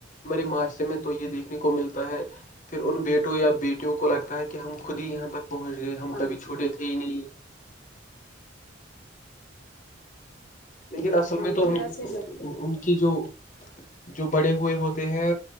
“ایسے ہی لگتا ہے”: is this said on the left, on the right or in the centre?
Left